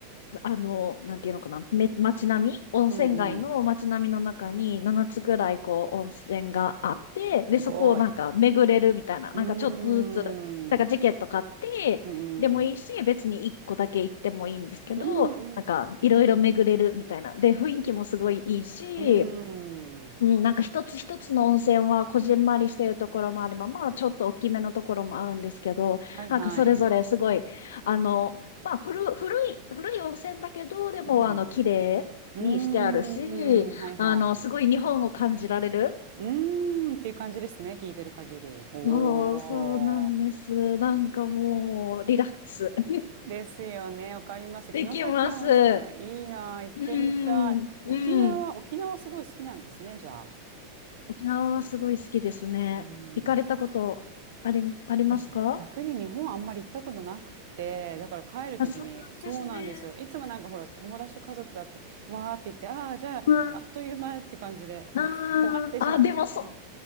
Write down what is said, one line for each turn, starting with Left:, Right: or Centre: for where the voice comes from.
Left: あの、なんていうのかな、め、街並み、温泉街の街並みの中に7つぐらいこう温泉があって、
Right: うんうん。すごい。
Left: で、そこをなんか巡れるみたいな、
Right: うーん。
Left: なんかちょっとずつ、なんかチケット買って、
Right: うんうん。
Left: でもいいし、別に1個だけ行ってもいいんですけど、
Right: うんうん。
Left: なんかいろいろ巡れるみたいな。で、雰囲気もすごいいいし、
Right: うん。
Left: うん、なんか一つ一つの温泉はこじんまりしてるところもあれば、まあちょっと大きめのところもあるんですけど、
Right: はいはい。
Left: なんかそれぞれすごい、あの、まあ古、古い、古い温泉だけど、でもあの、
Right: うん。
Left: 綺麗にしてあるし、
Right: うーん。はいはい。
Left: あの、すごい日本を感じられる。
Right: うーんっていう感じですね。聞いてる限り。ほー。
Left: そう、そうなんです。なんかもう、リラックス <laughs>
Right: ですよね。わかります。
Left: できます。
Right: 城崎温泉。
Left: う
Right: いいなあ。行ってみたい。
Left: ん、
Right: 沖縄、
Left: うん。
Right: 沖縄すごい好きなんですね、じゃあ。
Left: 沖縄はすごい好きですね。
Right: うん。
Left: 行かれたことあり、ありますか
Right: 私、逆に日本あんまり行ったことなくて、だから帰るときに、
Left: あ、そうなんですね。
Right: そうなんですよ。いつもなんかほら、友達と家族だって、わーって言って、ああ、じゃあ、
Left: うん。
Right: あっという間って感じで、なんか終わってしまって。
Left: あん。あ、でもそ、